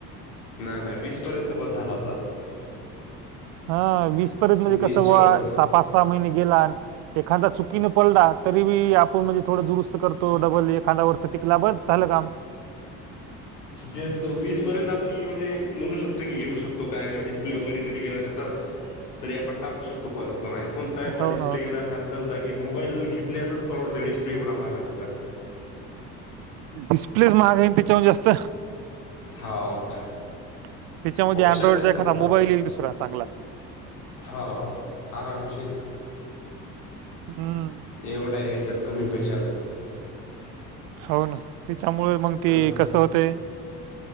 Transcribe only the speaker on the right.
हा वीस पर्यंत म्हणजे
कसं बुवा
सहा पाच सहा महिने गेला एखादा चुकीने पडला तरी बी आपण म्हणजे थोडं दुरुस्त करतो डबल एखाद्या वर्ष टिकला बस झालं काम
हो
ना हो ना
डिस्प्लेच महाग आहे न त्याच्याहुन जास्त
त्याच्यामध्ये
अँड्रॉइडचा
एखादा
मोबाईल येईल दुसरा चांगला.
हम्म.
हो ना त्याच्यामुळे मग ती
कसं होतय